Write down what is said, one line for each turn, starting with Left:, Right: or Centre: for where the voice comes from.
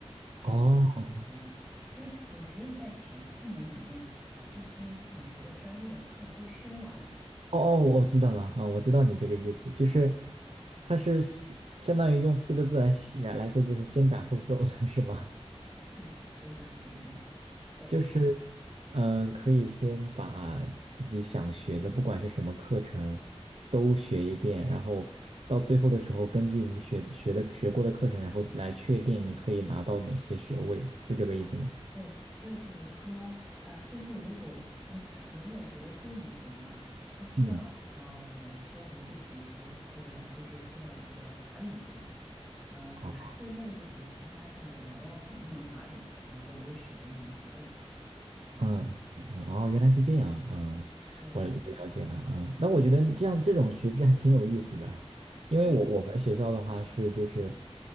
Centre: 选定这个专业的。
Right: 哦
Centre: 就是你可以在前四年里面把这些你想学的专业的课都修完，
Right: 哦哦，我知道了啊，我知道你这个意思，就是它是相相当于用四个字来来来说，就是先斩后奏，<laughs> 是吗？
Centre: 对，差不多就是这个意思。对。
Right: 就是，嗯、可以先把自己想学的，不管是什么课程，都学一遍，然后到最后的时候，根据你学学的学过的课程，然后来确定你可以拿到哪些学位，是这个意思吗？
Centre: 对，就比如说，呃，最后如果，嗯，比如说我学的电影学嘛，它需要呃我修一个学期或者两个学期的这个法语课，
Right: 嗯，
Centre: 啊、我是最后一个学期发现我要补一门法语课，
Right: 好。
Centre: 然后我又选了一门法语课，对
Right: 嗯嗯嗯哦，原来是这样，嗯，
Centre: 对，
Right: 我我了解了，嗯，那我觉得这样这种学制还挺有意思的，因为我我们学校的话是就是，
Centre: 嗯，